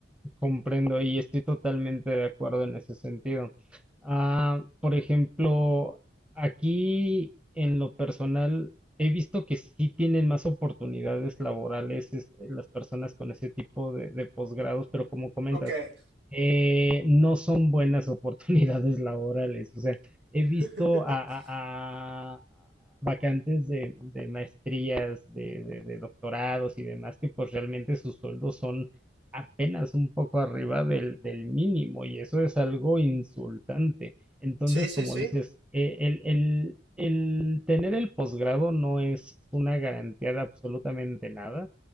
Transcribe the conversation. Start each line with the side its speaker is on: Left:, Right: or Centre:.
Centre: Comprendo y estoy totalmente de acuerdo en ese sentido. Ah, por ejemplo, aquí en lo personal he visto que sí tienen más oportunidades laborales es- las personas con ese tipo de, de posgrados, pero como comentas,
Right: Ok.
Centre: eh, no son buenas oportunidades <laughs> laborales. O sea, he
Right: <laughs>
Centre: visto a, a- a vacantes de, de maestrías, de de- de doctorados y demás que pues realmente sus sueldos son apenas un poco arriba del, del mínimo y eso es algo insultante. Entonces,
Right: Sí, sí,
Centre: como
Right: sí.
Centre: dices, eh, el, el, el tener el posgrado no es una garantía de absolutamente nada.